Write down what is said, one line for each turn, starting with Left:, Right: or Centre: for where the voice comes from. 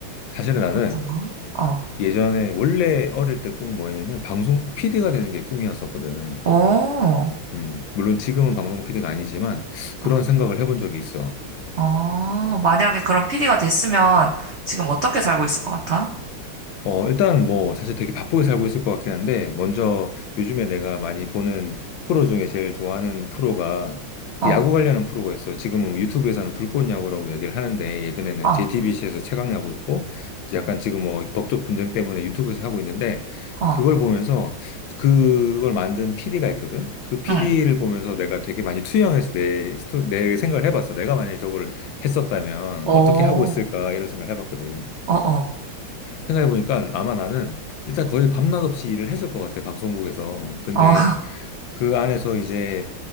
Left: 사실은 나는
Right: 어떤 거? 어,
Left: 예전에 원래 어릴 때 꿈은 뭐였냐면 방송국 PD가 되는 게 꿈이었었거든.
Right: 오,
Left: 음, 물론 지금은 방송국 PD가 아니지만 그런
Right: 어,
Left: 생각을 해본 적이 있어.
Right: 어, 만약에 그런 PD가 됐으면 지금 어떻게 살고 있을 것 같아?
Left: 어, 일단 뭐 사실 되게 바쁘게 살고 있을 것 같긴 한데 먼저 요즘에 내가 많이 보는 프로 중에 제일 좋아하는 프로가
Right: 어,
Left: 그 야구 관련한 프로가 있어. 지금은 뭐 유튜브에서는 불꽃 야구라고 얘기를 하는데 예전에는
Right: 어,
Left: JTBC에서 최강 야구였고 이제 약간 지금 뭐 법적 분쟁 때문에 유튜브에서 하고 있는데
Right: 어,
Left: 그걸 보면서 그걸 만든 PD가 있거든. 그 PD를
Right: 응.
Left: 보면서 내가 되게 많이 투영해서 내 스토리, 내 생각을 해봤어. 내가 만약에 저걸 했었다면
Right: 오,
Left: 어떻게 하고 있을까 이런 생각을 해봤거든.
Right: 어, 어,
Left: 생각해보니까 아마 나는 일단 거의 밤낮 없이 일을 했을 것 같아, 방송국에서. 근데
Right: 어,
Left: 그 안에서 이제